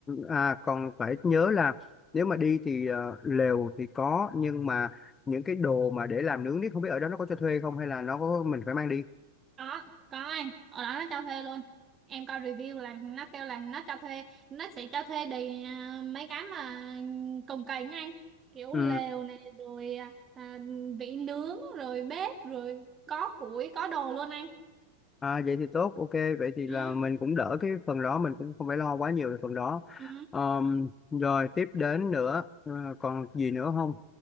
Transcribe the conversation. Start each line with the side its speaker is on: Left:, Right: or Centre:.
Left: À còn phải nhớ là nếu mà đi thì ờ, lều thì có nhưng mà những cái đồ mà để làm nướng thì không biết ở đó nó có cho thuê không hay là nó có mình phải mang đi
Right: có có anh ở đó nó cho thuê luôn em coi review là nó kêu là nó cho thuê nó sẽ cho thuê đầy à, mấy cái mà cồng kềnh anh kiểu
Left: ừ
Right: lều này rồi à, vỉ nướng rồi bếp rồi có củi có đồ luôn anh
Left: à, vậy thì tốt ok vậy thì là
Right: ừ
Left: mình cũng đỡ cái phần đó mình cũng không phải lo quá nhiều về phần đó
Right: ừ
Left: Ờm, rồi tiếp đến nữa ờ, còn gì nữa không